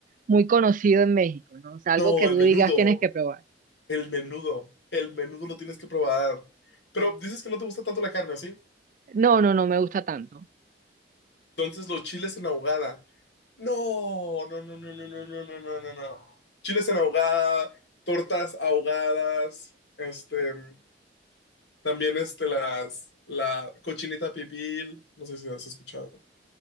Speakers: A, on the right; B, on the left.
A: muy conocido en México, ¿no? O sea, algo
B: No,
A: que
B: el
A: tú
B: menudo,
A: digas tienes que probar.
B: el menudo, el menudo lo tienes que probar. Pero dices que no te gusta tanto la carne, ¿o ¿sí?
A: No, no, no me gusta tanto.
B: Entonces los chiles en ahogada. No, no, no, no, no, no, no, no, no, no, no. Chiles en ahogada, tortas ahogadas, este. También este, las, la cochinita pibil, no sé si has escuchado,